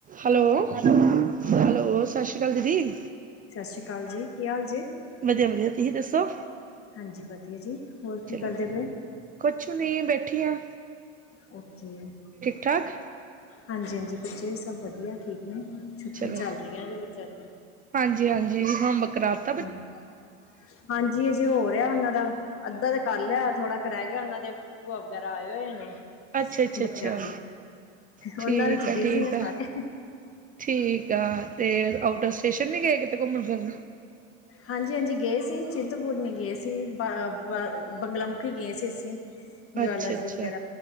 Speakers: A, on the right; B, on the left.
A: Hello, hello ਸਤਿ ਸ਼੍ਰੀ ਅਕਾਲ ਦੀਦੀ।
B: ਸਤਿ ਸ਼੍ਰੀ ਅਕਾਲ ਜੀ, ਕੀ ਹਾਲ ਜੀ
A: ਵਧੀਆ ਵਧੀਆ ਤੁਸੀਂ ਦੱਸੋ?
B: ਹਾਂਜੀ ਵਧੀਆ ਜੀ, ਹੋਰ
A: ਚਲੋ
B: ਕੀ ਕਰਦੇ ਪਏ?
A: ਕੁਛ ਨਹੀਂ, ਬੈਠੀ ਆਂ।
B: ਬੱਚੇ,
A: ਠਾਕ?
B: ਹਾਂਜੀ ਹਾਂਜੀ ਬੱਚੇ ਸਭ ਵਧੀਆ, ਠੀਕ ਛੁੱਟੀਆਂ
A: ਚਲੋ
B: ਚੱਲ ਰਹਿਆਂ ਹਜੇ ਬੱਚਿਆਂ ਦੀਆਂ।
A: ਹਾਂਜੀ ਹਾਂਜੀ ਹੋਮ ਵੱਰਕ, ਰਾਤ
B: ਹਾਂਜੀ। ਹਾਂਜੀ ਅਜੇ ਹੋ ਰਿਹਾ ਉਹਨਾਂ ਦਾ। ਅੱਧਾ ਤੇ ਕਰ ਲਿਆ ਥੋੜਾ ਕੁ ਰਹ ਗਿਆ ਉਹਨਾਂ ਦੇ ਭੂਆ ਵਗੈਰਾ ਆਏ ਹੋਏ ਨੇ।
A: ਅੱਛਾ ਅੱਛਾ
B: ਬੱਚਿਆਂ
A: ਅੱਛਾ
B: ਦੀ,
A: ਠੀਕ
B: ਉਹਨਾਂ ਵਿੱਚ ਬਿਜੀ
A: ਆ ਠੀਕ
B: ਨੇ ਸਾਰੇ
A: ਆ। ਠੀਕ ਆ ਤੇ ਆਊਟ ਫ ਸਟੇਸ਼ਨ ਨੀ ਗਏ, ਕਿਤੇ ਘੁੰਮਣ ਫਿਰ
B: ਹਾਂਜੀ -ਹਾਂਜੀ ਗਏ ਸੀ, ਚਿੰਤਪੂਰਨੀ ਗਏ ਸੀ, ਬ ਬ ਬੰਗਲਾਮੁਖੀ ਗਏ ਸੀ ਅਸੀਂ ਜਵਾਲਾ
A: ਅੱਛਾ
B: ਜੀ
A: ਅੱਛਾ
B: ਵਗੈਰਾ,